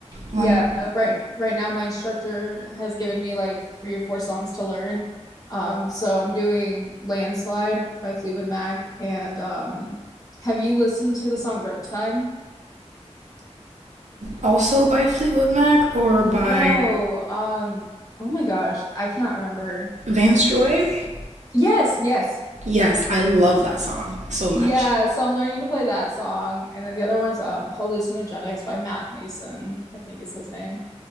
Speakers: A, on the left; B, on the right.
A: Yeah,
B: One
A: right. Right now my instructor has given me like three or four songs to learn. Um, so I'm doing Landslide by Fleetwood Mac and um have you listened to the song Riptide?
B: also by Fleetwood Mac or by
A: No. Um, oh my gosh, I cannot remember.
B: Vance Joy?
A: Yes, yes.
B: Yes, I love that song so much.
A: Yeah, so I'm learning to play that song. And then the other one's um Hallucinogenics by Matt Mason, I think is his name.